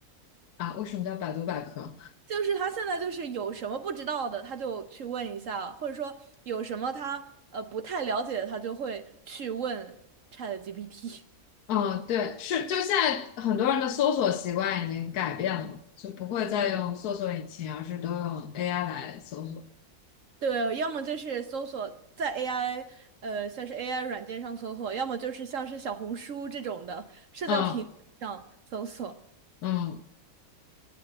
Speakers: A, on the left; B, on the right.
A: 啊，为什么叫百度百科？
B: 就是他现在就是有什么不知道的，他就去问一下，或者说有什么他呃不太了解的，他就会去问 ChatGPT。
A: 嗯，对，是，就现在很多人的搜索习惯已经改变了嘛，就不会再用搜索引擎，而是都用 AI 来搜索。
B: <laughs> 对，要么就是搜索在 AI 呃像是 AI 软件上搜索，要么就是像是小红书这种的社交平台上搜索。
A: 嗯嗯